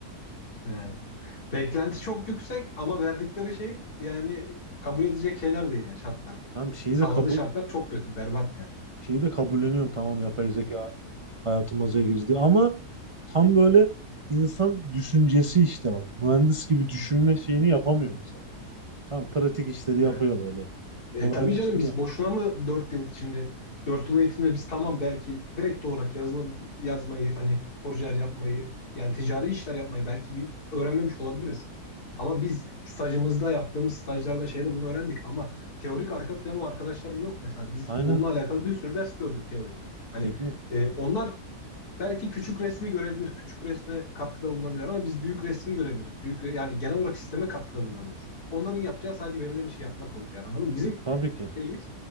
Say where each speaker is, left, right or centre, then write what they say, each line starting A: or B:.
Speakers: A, on the left; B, on the right.
A: Yani. Beklenti çok yüksek ama verdikleri şey yani kabul edecek şeyler değil yani şartlar.
B: Tamam şeyi
A: Sağladığı
B: de kabul
A: şartlar çok kötü, berbat yani.
B: şeyi de kabulleniyorum tamam yapay zeka hayatımıza girdi ama tam böyle insan düşüncesi işte bak. Mühendis gibi düşünme şeyini yapamıyor mesela. Tam pratik işleri yapıyor
A: Evet.
B: böyle. Kolaylaştırıyor.
A: E, tabii canım biz boşuna mı 4 yıl şimdi 4 yıl eğitimde biz tamam belki direkt olarak yazılım yazmayı hani projeler yapmayı yani ticari işler yapmayı belki bir öğrenmemiş olabiliriz. Ama biz stajımızda yaptığımız stajlarda şeyde bunu öğrendik ama teorik arka planı o arkadaşların yok mesela. Biz
B: Aynen.
A: onunla alakalı bir sürü ders gördük teorik. Hani
B: Teknik.
A: e, onlar belki küçük resmi görebilir, küçük resme katkıda bulunabilir ama biz büyük resmi görebiliriz. Büyük yani genel olarak sisteme katkıda bulunabiliriz. Onların yapacağı sadece verilen işi yapmak olur yani anladın mı? Bizim
B: Tabii ki.
A: şeyimiz